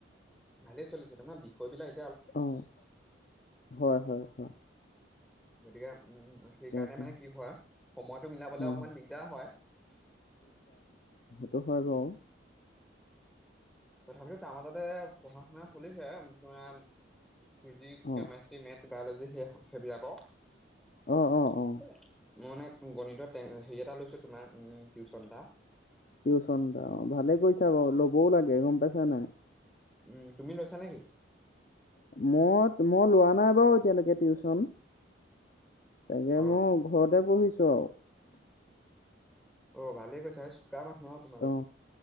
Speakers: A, in the centre; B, on the left (about 45°).
A: ভালেই চলিছিল। তোমাৰ বিষয়বিলাক
B: অ' হয় হয় হয়।
A: <unintelligible> উম সেইকাৰণে
B: তাকে
A: মানে কি হয়? সময়টো মিলাবলে
B: অ
A: অকমান দিগদাৰ হয়।
B: দফাগাঁও
A: তথাপিতো তাৰ মাজতে পঢ়া-শুনা চলিছে। <unintelligible> ফিজিক্স,
B: অ
A: কেমেষ্ট্ৰ্ৰী, মেটছ বায়'লজী সেই, সেইবিলাকক।
B: অ অ
A: <unintelligible>
B: অ
A: মই মানে গণিতত হেৰি এটা লৈছোঁ, তোমাৰ টিউচন এটা।
B: টিউচনটা, অ' ভালে কৈছা বাৰু। ল'বও লাগে গম পাইছা নাই?
A: উম। তুমি লৈছা নেকি?
B: মই - মই লোৱা নাই বাৰু! এতিয়ালৈকে টিউচন। তাকে
A: অ
B: মই ঘৰতে পঢ়িছো। <unintelligible>
A: অ' ভালে কৈছা <unintelligible> তোমালোক
B: অ'